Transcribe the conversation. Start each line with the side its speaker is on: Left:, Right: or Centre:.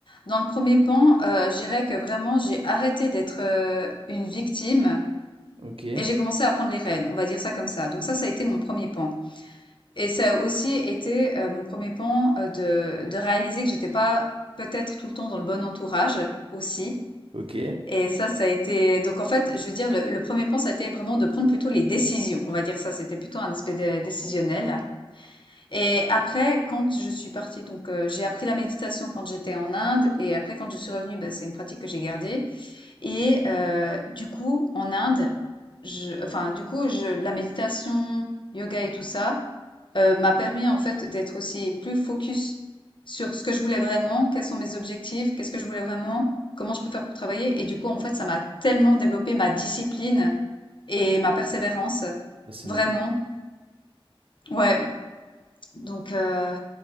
Left: Dans le premier pan, heu, je dirais que vraiment j'ai arrêté d'être, heu, une victime
Right: Ok,
Left: Et j'ai commencé à prendre les rênes, on va dire ça comme ça. Donc ça, ça a été mon premier pan. Et ça a aussi été euh, mon premier pan euh, de, de réaliser que j'étais pas peut-être tout le temps dans le bon entourage aussi.
Right: ok,
Left: Et ça, ça a été... Donc en fait, je veux dire, le, le premier pan, ça a été vraiment de prendre plutôt les décisions. On va dire ça, c'était plutôt un aspect dé- décisionnel. Et après, quand je suis partie, donc euh, j'ai appris la méditation quand j'étais en Inde. Et après, quand je suis revenue, bah, c'est une pratique que j'ai gardée. Et euh, du coup, en Inde, je, enfin, du coup, je, la méditation, yoga et tout ça euh, m'a permis en fait d'être aussi plus focus sur ce que je voulais vraiment, quels sont mes objectifs, qu'est-ce que je voulais vraiment, comment je peux faire pour travailler. Et du coup, en fait, ça m'a tellement développé ma discipline et ma persévérance,
Right: Bah, c'est
Left: vraiment.
Right: magnifique.
Left: Ouais. Donc, euh,